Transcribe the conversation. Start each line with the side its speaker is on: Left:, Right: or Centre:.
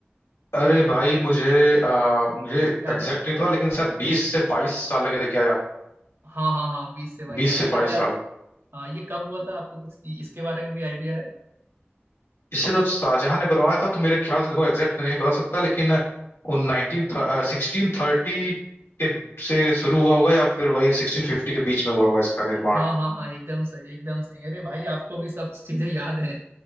Left: अरे भाई मुझे आ, मुझे
Right: याद
Left: एग्जैक्ट
Right: है आपको
Left: नहीं पता लेकिन शायद बीस से बाईस साल लगे थे क्या या
Right: हाँ हाँ हाँ बीस से बाईस
Left: बीस
Right: साल
Left: से
Right: अच्छा
Left: बाईस
Right: क्या
Left: साल
Right: हाँ ये कब हुआ था आपको कुछ इसके बारे में भी आइडिया है
Left: इसे तो शाहजहां ने बनवाया था तो मेरे ख्याल से देखो एग्जैक्ट नहीं बता सकता लेकिन उन नाइनटीन सिक्सटीन थर्टी के से शुरू हुआ होगा या फिर वही सिक्सटीन फिफ्टी के बीच में हुआ होगा इसका निर्माण
Right: हाँ हाँ हाँ एकदम सही एकदम सही अरे भाई आपको भी सब चीजें याद है